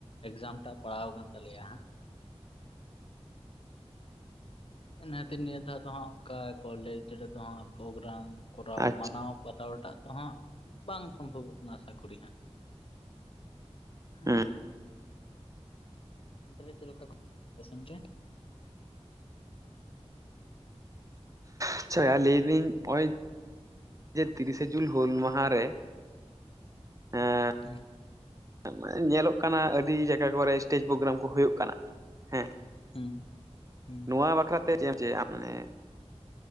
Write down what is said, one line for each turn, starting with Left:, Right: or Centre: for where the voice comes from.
Left: ᱮᱠᱡᱟᱢ ᱴᱟᱜ ᱯᱟᱲᱟᱣ ᱟᱠᱟᱱ ᱛᱟᱞᱮᱭᱟ ᱦᱟᱸᱜ ᱾ ᱤᱱᱟᱹ ᱠᱷᱟᱹᱛᱤᱨ ᱛᱮ ᱱᱤᱭᱟᱹ ᱫᱷᱟᱣ ᱫᱚ ᱦᱟᱜ ᱚᱱᱠᱟ ᱠᱚᱞᱮᱡᱽ ᱨᱮᱫᱚ ᱦᱟᱜ ᱯᱨᱳᱜᱨᱟᱢ ᱠᱚᱨᱟᱣ
Right: ᱟᱪᱪᱷᱟ
Left: ᱢᱟᱱᱟᱣ ᱵᱟᱛᱟᱣ ᱦᱟᱛᱟᱣᱴᱟᱜ ᱛᱚ ᱦᱟᱸᱜ ᱵᱟᱝ ᱥᱚᱢᱵᱷᱚᱵᱚᱜ ᱠᱟᱱᱟ ᱟᱥᱟ ᱠᱚᱨᱤ ᱦᱟᱸᱜ᱾ <unintelligible>
Right: ᱦᱩᱸ
Left: ᱚᱱᱛᱮ ᱨᱮ ᱪᱮᱫ ᱞᱮᱠᱟ ᱠᱚᱨᱟᱣ ᱜᱮᱭᱟ ᱟᱯᱮ ᱥᱮᱱ ᱨᱮ
Right: ᱟᱪᱪᱷᱟ ᱞᱟᱹᱭ ᱮᱫᱟᱹᱧ ᱱᱚᱜᱼᱚᱭ ᱛᱤᱨᱤᱥᱮ ᱡᱩᱱ ᱦᱩᱞ ᱢᱟᱦᱟᱨᱮ, ᱮᱸ
Left: ᱦᱩᱸ
Right: ᱢᱟᱱᱮ ᱧᱮᱞᱚᱜ ᱠᱟᱱᱟ ᱟᱹᱰᱤ ᱡᱟᱭᱜᱟ ᱠᱚᱨᱮ ᱥᱴᱮᱮᱡ ᱯᱨᱳᱜᱨᱟᱢ ᱠᱚ ᱦᱩᱭᱩᱜ ᱠᱟᱱᱟ, ᱦᱮᱸ᱾
Left: ᱦᱩᱸ ᱦᱩᱸ
Right: ᱱᱚᱣᱟ ᱵᱟᱠᱷᱨᱟ ᱛᱮ ᱪᱮᱫ ᱮᱢ <unintelligible> ᱢᱟᱱᱮ,